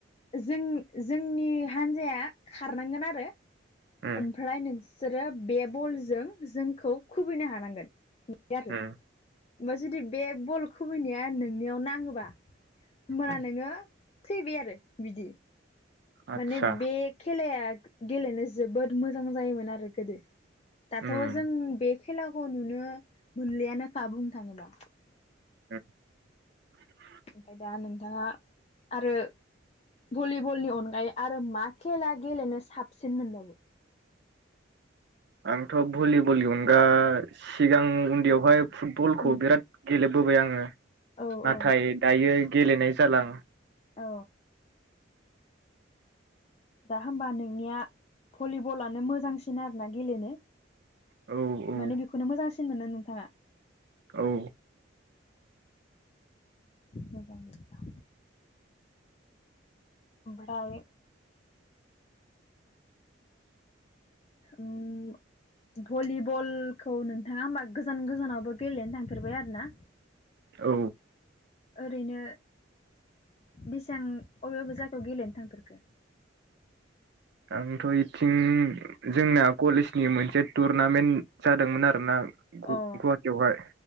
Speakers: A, on the left; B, on the right.
A: जों जोंनि हान्जाया खारनांगोन आरो।
B: उम
A: ओमफ्राय नोंस सोरो बे बलजों जोंखौ खुबैनो हानांगोन बेआरो।
B: उम
A: ओमबा जुदि बे बल खुबैनाया नोंनियाव नाङोबा होयबाना
B: उम
A: नोङो। थैबाय आरो। बिदि
B: आदसा
A: माने बे खेलाया ग-गेलेनो जोबोद मोजां जायोमोन आरो गोदो। दाथ'
B: उम
A: जों बे खेलाखौ नुनो मोनलियानोखा बुंनो थाङोबा।
B: <unintelligible>
A: ओमफाय दा नोंथाङा आरो भलिबलनि अनगायै आरो मा खेला गेलेनो साबसिन मोनबावो।
B: आंथ' भलिबलनि अनगा सिगां उन्दैयावहाय फुटबलखौ
A: उम
B: बेराद गेलेबोबाय आङो।
A: औ
B: नाथाय
A: औ
B: दायो गेलेनाय जाला आं।
A: औ। दा होमबा नोंनिया भलिबलानो मोजांसिन आरोना गेलेनो।
B: औ औ
A: माने बेखौनो मोजांसि सिन मोनो नोंथाङा?
B: औ।
A: मोजां बिदिबा। ओमफ्राय उम भलिबलखौ नोंथाङा होमबा गोजान गोजानावबो गेलेनो थांफेरबाय आरोना?
B: औ
A: ओरैनो बेसां अबे अबे जायगायाव गेलेनो थांफेरखो?
B: आंथ' बेथिं जोंना कलेजनि मोनसे टुरनामेन्ट जादोंमोन आरोना। ग-गुवाहाटिआव
A: अ
B: हाय।